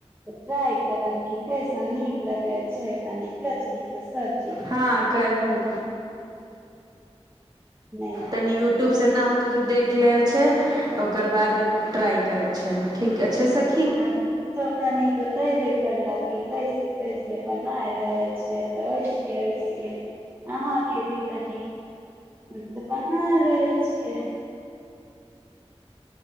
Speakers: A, on the right (about 20°); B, on the right (about 35°).
A: तऽ ट्राई करब की कैसन नीक लगे छै, कनी कचरी के सब्
B: हाॅं करहूं।
A: नै।
B: तनी यूट्यूबसे ना होतौ तऽ देख लेल छै। ओकर बाद ट्राई करै छै, ठीक अच्छे से
A: आहां तब तनी बतेबे करला की कैसे-कैसे बनाय रहल छै। तऽ ओयसिये-ओयसिये अहाँके भी तनी उम्म तऽ बना रहल छियै।